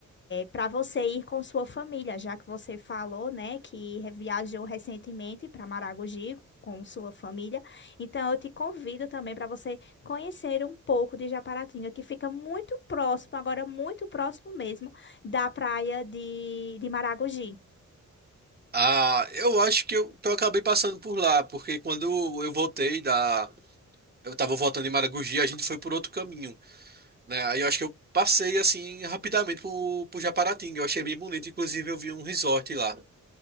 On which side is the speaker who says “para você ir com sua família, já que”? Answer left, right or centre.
Left